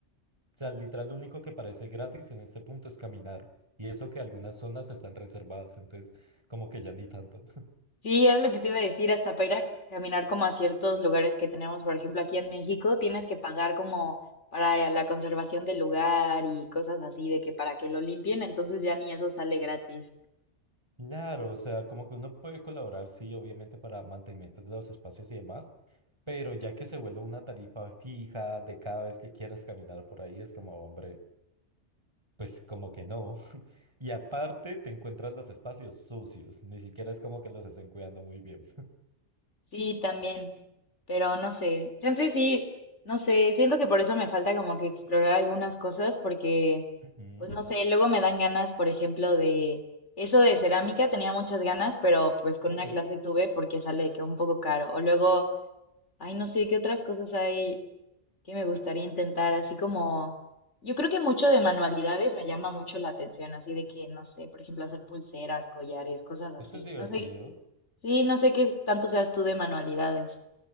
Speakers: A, on the right; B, on the left.
A: o sea, literal lo único que parece gratis en este punto es caminar, y eso que algunas zonas están reservadas, entonces como que ya ni tanto. <laughs>
B: Sí, era lo que te iba a decir, hasta para ir a caminar como a ciertos lugares que tenemos, por ejemplo, aquí en México, tienes que pagar como para la conservación del lugar y cosas así, de que para que lo limpien, entonces ya ni eso sale gratis.
A: Claro, o sea, como que uno puede colaborar, sí, obviamente para mantenimiento de los espacios y demás, pero ya que se vuelva una tarifa fija de cada vez que quieras caminar por ahí, es como, hombre. Pues como que no. <laughs> Y aparte te encuentras los espacios sucios, ni siquiera es como que los estén cuidando muy bien.
B: Sí, también, pero no sé, chance sí, no sé, siento que por eso me falta como que explorar algunas cosas porque,
A: Ujú,
B: pues no sé, luego me dan ganas, por ejemplo, de eso de cerámica, tenía muchas ganas, pero pues con
A: Ok,
B: una clase tuve porque sale de que un poco caro. O luego, ay, no sé, qué otras cosas hay que me gustaría intentar, así como, yo creo que mucho de manualidades me llama mucho la atención, así de que, no sé, por ejemplo, hacer pulseras, collares, cosas así.
A: esto es divertido.
B: No sé, sí, no sé qué tanto seas tú de manualidades.